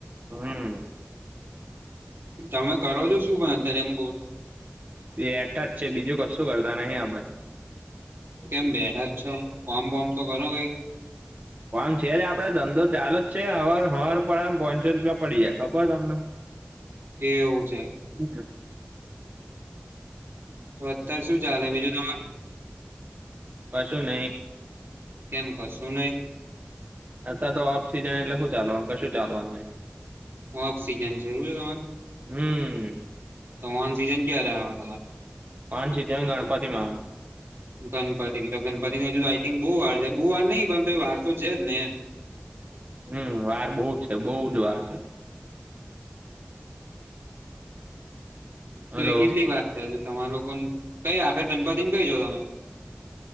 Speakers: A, on the right; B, on the right.
A: હમ્મ.
B: તમે કરો છો શું પણ અત્યારે એમ કવ છુ
A: બેઠા જ છે, બીજું કશું કરતા નહી આપણે
B: કેમ બેઠા જ છો ફોમ બોમ તો કરો કઈ
A: પણ આમડે છે, જ આપડે ધંધો ચાલુ જ છે, હવાર હવાર પડે એમ પોંચસો રૂપિયા પડી જાય ખબર તમને <inaudible>
B: એવું છે.
A: <inaudible>
B: તો અત્યારે શું ચાલે બીજું તમાર
A: કશું નય
B: કેમ કશું નય
A: અતયાર તો ઓફ સીઝન એટલે હુ ચાલવાનું કશું ચાલવાનું નય
B: ઓફ સિઝન છે, એવું છે, તમારે
A: હમ
B: ત ઓન સિઝન ક્યારે તમા
A: ઓન સિજન ગણપતિમાં
B: ગણપતિ તો ગણપતિની હજુ તો આઈ થિંક બો વાર છે, બો વાર નહી પણ તો એ વાર તો છે, જ ને એમ
A: હમ વાર બો છે, બો જ વાર છે.
B: તો
A: હલો
B: એ કેટલી વાત <unintelligible> તમારા લોકો કઈ આપે ગણપતિને કઈ છો તમે